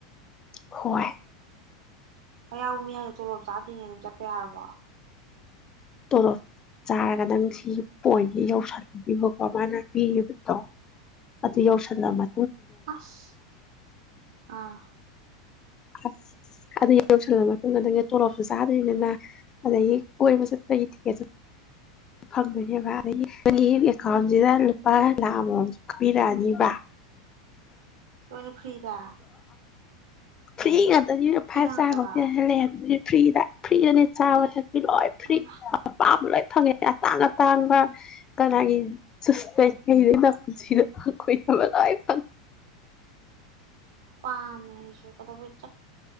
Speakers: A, on the left (about 25°); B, on the right (about 70°).
A: ꯍꯣꯏ ꯫
B: ꯑꯌꯥꯑꯣꯕꯥ ꯃꯤ ꯇꯣꯂꯣꯞ ꯆꯥꯗꯔꯤꯉꯩ ꯑꯗꯨꯝ ꯆꯠꯄ ꯌꯥ ꯋꯥ!
A: ꯇꯣꯂꯣꯞ ꯆꯥꯔꯒ ꯅꯪ ꯁꯤ ꯄꯣꯏꯟꯁ ꯌꯧꯁꯟꯕꯀꯣ ꯃꯥꯅ ꯄꯤꯔꯤꯕꯗꯣ ꯑꯗꯨ ꯌꯧꯁꯜꯂꯝꯕ
B: ꯑꯁ ꯑꯥ
A: ꯑꯁ ꯑꯗꯨ ꯌꯧꯁꯜꯂꯕ ꯃꯇꯨꯡꯗ ꯅꯪꯒꯤ ꯇꯣꯂꯣꯞꯁꯨ ꯆꯥꯗꯣꯏꯅꯤꯅ ꯑꯗꯒꯤ ꯀꯣꯏꯕ ꯆꯠꯄꯒꯤ ꯇꯤꯛꯀꯦꯠꯁꯨ ꯐꯪꯗꯣꯏꯅꯦꯕ ꯑꯗꯒꯤ ꯑꯩꯒꯤ ꯑꯦꯀꯥꯎꯟꯁꯤꯗ ꯂꯨꯄꯥ ꯂꯥꯛ ꯑꯃꯥꯃꯝꯖꯨ ꯀꯛꯄꯤꯔꯛꯑꯅꯤꯕ꯫
B: ꯂꯣꯏꯅꯥ ꯐꯔ꯭ꯤꯗꯥ?
A: ꯐꯔ꯭ꯤ ꯉꯥ ꯑꯗꯨ ꯐꯥꯏꯚ ꯁꯇꯥꯔ
B: ꯉꯥꯛꯇꯔꯣ
A: ꯍꯣꯇꯦꯜꯗ ꯂꯩꯍꯟꯗꯨꯏꯅꯤ꯫ ꯐꯔ꯭ꯤꯗ ꯐ꯭ꯔꯤꯗꯅꯦ ꯆꯥꯕ ꯊ ꯂꯣꯏ ꯐ꯭ꯔꯤ
B: ꯌꯥꯝ
A: ꯑꯄꯥꯝꯕ ꯂꯣꯏ ꯐꯪꯉꯦ ꯑꯇꯥꯡ- ꯑꯇꯥꯡꯕ ꯀꯅꯥꯒꯤ ꯆꯁ ꯀꯩꯗꯅ ꯅꯄꯨꯟꯁꯤꯗ ꯐꯈꯣꯏꯗꯕ ꯂꯣꯏ ꯐꯉꯥ꯫
B: ꯄꯥꯝꯃꯦ ꯑꯩꯁꯨ ꯀꯗꯧꯕꯩ